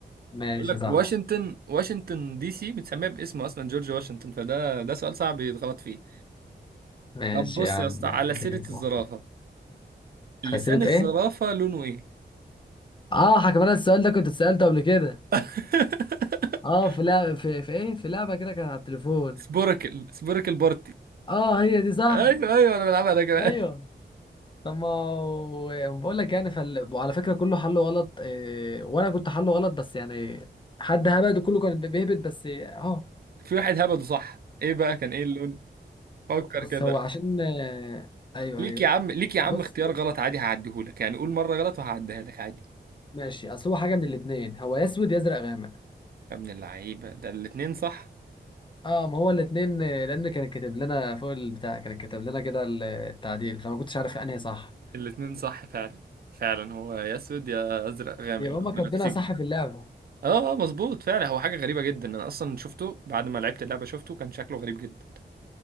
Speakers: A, on the left (about 25°); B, on the right (about 60°).
A: ماشي
B: بقول لك
A: يا صاحبي
B: واشنطن واشنطن دي سي بتسميها باسمه اصلا جورج واشنطن فده ده سؤال صعب يتغلط فيه
A: ماشي
B: طب بص
A: يا عم
B: يا اسطى
A: ماشي
B: على
A: أنت
B: سيره
A: كده صح
B: الزرافه لسان
A: على
B: الزرافه
A: سيرة إيه؟
B: لونه ايه
A: آه حكم أنا السؤال ده كنت اتسألته قبل كده
B: <laughs>
A: آه في لعبة في, في إيه؟ في لعبة كده كانت على التليفون
B: سبوركل سبوركل بارتي
A: آه هي دي صح؟
B: ايوه ايوه انا بلعبها ده كمان
A: أيوه طب ما هو- بقول لك يعني فال... وعلى فكرة كله حله غلط إيه... وأنا كنت حله غلط بس يعني حد هبد وكله كان بيهبد بس آه، أهو
B: <laughs> في واحد هبده صح ايه بقى كان ايه اللون فكر
A: بص
B: كده
A: هو عشان آه، أيوه
B: ليك
A: أيوه
B: يا عم ليك يا عم
A: بص
B: اختيار غلط عادي هعديهولك يعني قول مره غلط وهعديها لك عادي
A: ماشي اصل هو حاجه من الاثنين هو يا اسود يا ازرق غامق
B: يا ابن اللعيبه ده الاتنين صح
A: اه ما هو الاثنين لان كان كاتب لنا فوق البتاع كان كاتب لنا كده ال- التعديل فما كنتش عارف انهي صح
B: الاتنين صح فعلا فعلا هو يا اسود يا ازرق غامق
A: يبقى
B: اللي
A: هما
B: هو بنفسجي
A: كاتبينها صح في اللعبه
B: اه آه، مظبوط فعلا هو حاجه غريبه جدا انا اصلا شفته بعد ما لعبت اللعبه شفته كان شكله غريب جدا